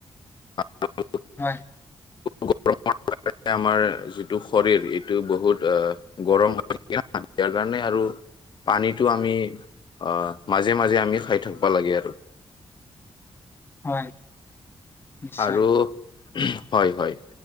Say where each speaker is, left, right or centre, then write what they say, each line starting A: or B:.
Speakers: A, on the left; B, on the left.
A: <unintelligible>
B: হয়।
A: গৰমৰ কাৰণে আমাৰ যিটো শৰীৰ এইটো বহুত অ গৰম <unintelligible> কাৰণে আৰু পানীতো আমি অ, মাজে মাজে আমি খাই থাকিবা লাগে আৰু।
B: হয়। নিশ্চয়
A: আৰু, হয়-হয়।